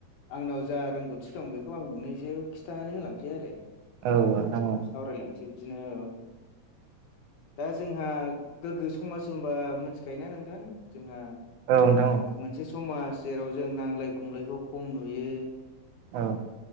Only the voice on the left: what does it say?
आंनाव जा रोंगौथि दं बेखौ आं नोंनो एसे खिथानानै होलांसै आरो।
सावरायलायसै बिदिनो औ दा जोंहा गोग्गो समाज होनबा मोनथिखायो ना नोंथां जोंहा
मोनसे समाज जेराव जों नांलाय खमलायखौ खम नुयो।